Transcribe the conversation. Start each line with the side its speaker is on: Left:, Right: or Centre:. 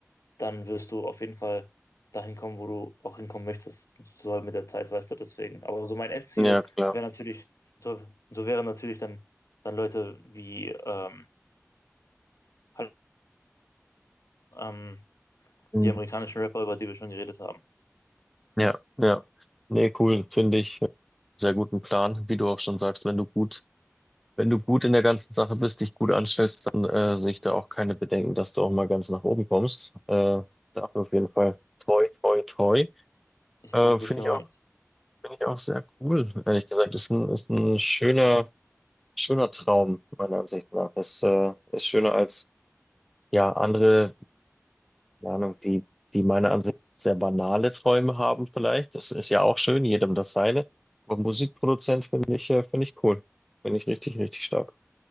Left: dann wirst du auf jeden Fall dahin kommen, wo du auch hinkommen möchtest, so halt mit der Zeit, weißt du, deswegen. Aber so mein Endziel
Centre: Ja, klar.
Left: wäre natürlich, so, so wären natürlich dann, dann Leute wie ähm, halt, ähm,
Centre: Mhm.
Left: die amerikanischen Rapper, über die wir schon geredet haben.
Centre: Ja, ja. Nee, cool. Finde ich äh, sehr guten Plan. Wie du auch schon sagst, wenn du gut, wenn du gut in der ganzen Sache bist, dich gut anstellst, dann äh, sehe ich da auch keine Bedenken, dass du auch mal ganz nach oben kommst. Äh, dafür auf jeden Fall toi, toi, toi.
Left: Ich
Centre: Äh,
Left: danke dir
Centre: finde
Left: vielmals.
Centre: ich auch, finde ich auch sehr cool. Ehrlich gesagt, ist ein, ist ein schöner, schöner Traum, meiner Ansicht nach. Ist, äh, ist schöner als, ja, andere keine Ahnung, die, die meiner Ansicht nach sehr banale Träume haben vielleicht. Das ist ja auch schön, jedem das seine. Aber Musikproduzent finde ich, äh, finde ich cool. Finde ich richtig, richtig stark.